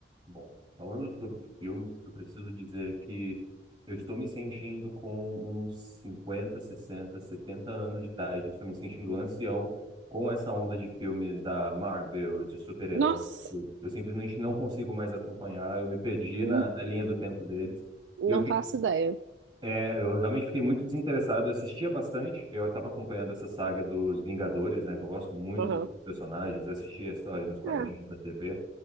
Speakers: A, on the right; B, on the right.
A: Bom, falando sobre filmes, eu preciso dizer que eu estou me sentindo com uns 50 60 70 anos de idade. Eu Estou me sentindo ancião com essa onda de filmes da Marvel, de super-heróis.
B: Nossa,
A: e tudo. Eu simplesmente não consigo mais acompanhar. Eu me perdi
B: hum,
A: na, na linha do tempo deles.
B: não
A: E eu, fi-
B: faço ideia.
A: é, eu realmente fiquei muito desinteressado. Eu assistia bastante. Eu estava acompanhando essa saga dos Vingadores, né? Que eu gosto muito
B: Aham.
A: de alguns personagens. Assistia a história nos quadrinhos
B: É.
A: da TV.